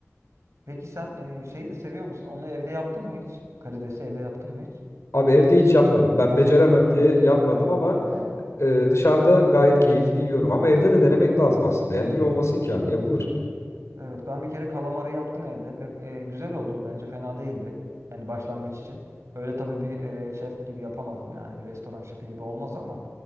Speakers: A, on the right; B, on the left.
A: Peki sen e, şeyi de seviyor musun? Onu evde yaptın mı hiç? Karidesi evde yaptın mı hiç?
B: Abi evde hiç yapmadım. Ben beceremem
A: Yapmadım.
B: diye yapmadım
A: Hmm,
B: ama
A: tamam.
B: e, dışarıda gayet keyifli yiyorum. Ama evde
A: Hmm.
B: de denemek lazım aslında. Yani iyi olmasın ki abi yapılır.
A: Evet ben bir kere kalamarı yaptım evde ve e, güzel oldu. Bence fena değildi. Yani başlangıç için. Öyle tabii bir e, şef gibi yapamadım yani bir restoran şefi gibi olmaz ama